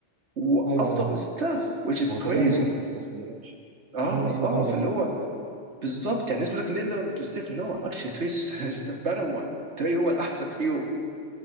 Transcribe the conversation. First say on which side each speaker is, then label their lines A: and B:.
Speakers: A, on the right (about 70°); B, on the right (about 85°).
A: وافضل
B: ايوه ايوه هو
A: من ستاف which is
B: هو تقريبا
A: crazy
B: ليميتلس اصلا الرانش
A: اه
B: بشوفه بيجيب
A: اه
B: جون غريب
A: فاللي
B: يعني
A: هو بالظبط يعني الناس بتقول لك ليلارد وستيف نو اكشلي تري از ذا بيتر وان تري <laughs> هو الاحسن فيهم